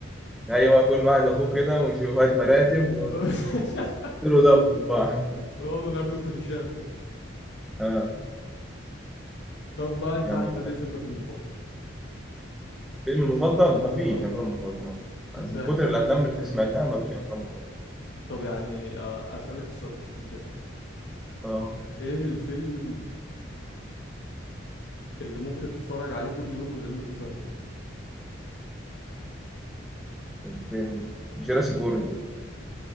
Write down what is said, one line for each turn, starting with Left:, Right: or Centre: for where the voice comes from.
Centre: ايوه كل واحد اخوه كده وشوية مراتب ويصيروا
Left: <laughs>
Centre: دبوا بقى
Left: ويقعدوا نعملوا فينيشات بقى
Centre: اه
Left: طب بقى انت
Centre: كمل
Left: احمد
Centre: بقى
Left: ايه فيلمك المفضل
Centre: فيلم المفضل مفيش
Left: اه
Centre: افلام مفضله
Left: ازاي
Centre: من كتر
Left: يعني؟
Centre: الافلام اللي سمعتها مفيش افلام مفضله
Left: طب يعني آه، اسالك السؤال بشكل تاني
Centre: اه
Left: ايه الفيلم اللي ممكن تتفرج عليه كل يوم من غير ما تزهق منه
Centre: الفيلم جوراسيك وورلد